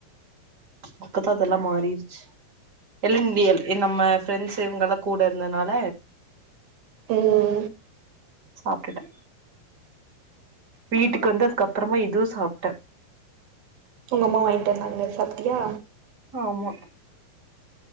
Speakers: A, on the right; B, on the right.
A: பாக்கதா அதெல்லா மாறிடுச்சி எல் இந்தியல் நம்ம ஃப்ரெண்ட்ஸ் இவுங்கெல்லா கூட இருந்ததுனால
B: ம்
A: சாப்ட்டுடே வீட்டுக்கு வந்துததுக்கப்புறமா இதுவு சாப்ட்ட
B: உங்க அம்மா வாங்கிட்டு வந்தாங்க சாப்ட்டியா
A: ஆமா